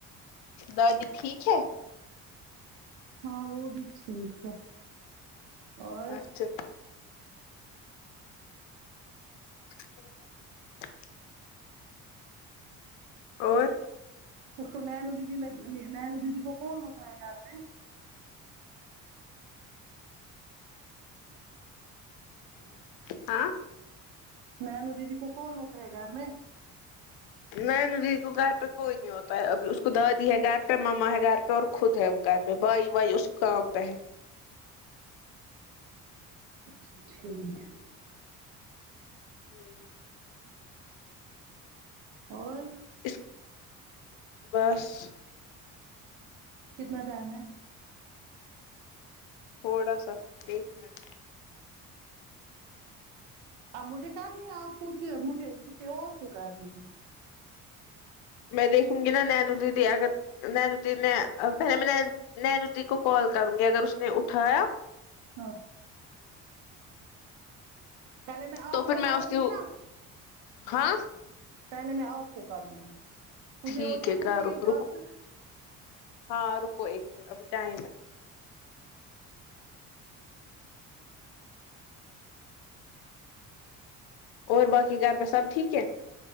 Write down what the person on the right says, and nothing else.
ہاں وہ بھی ٹھیک ہے اور
اس کو نینو دیدی میں نینو دیدی کو کون ہوتا ہے گھر میں
میںینوں دیدی کو کون ہوتا ہے گھر میں
اچھا ٹھیک ہے
اور
کتنا ٹائم ہے
آ مجھے کرنی ہے آپ کو کہ مجھے کسی اور کو کرنی ہے
ہاں پہلے میں
آپ
کو
کروں
گی نا
پہلے میں آپ کو کروں گی مجھے
ہوجاے
گا
نا ایک ٹاسک